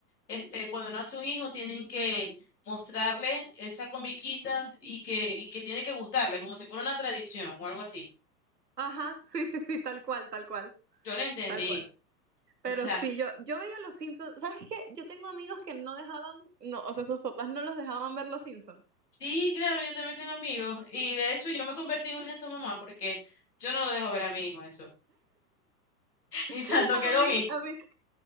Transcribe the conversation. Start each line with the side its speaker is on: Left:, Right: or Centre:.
Left: este, cuando nace un hijo tienen que mostrarle esa comiquita y que, y que tiene que gustarle, como si fuera una tradición o algo así.
Right: Ajá, sí, sí, sí, tal cual, tal cual,
Left: Yo no entendí.
Right: tal cual. Pero
Left: O sea,
Right: sí, yo, yo veía Los Simpsons. ¿Sabes qué? Yo tengo amigos que no dejaban, no, o sea, sus papás no los dejaban ver Los Simpsons.
Left: sí, claro, yo también tengo amigos. Y de hecho, yo me convertí en una de esas mamás porque yo no lo dejo ver a mi hijo eso. <laughs> Y
Right: <laughs>
Left: tanto
Right: A
Left: que lo
Right: mí,
Left: vi.
Right: a mí,